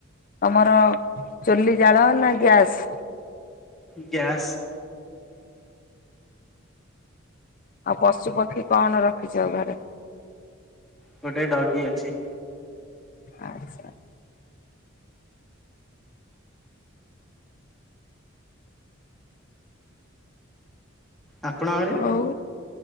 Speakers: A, on the left (about 40°); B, in the centre.
A: ତମର ଚୁଲି ଜାଳ ନା ଗ୍ୟାସ୍?
B: ଗ୍ୟାସ୍।
A: ଆଉ ପଶୁ ପକ୍ଷୀ କଣ ରଖିଚ ଘରେ?
B: ଗୋଟାଏ ଡଗି ଅଛି।
A: ଆଚ୍ଛା।
B: ଆପଣଙ୍କ ଘରେ?
A: ହଉ।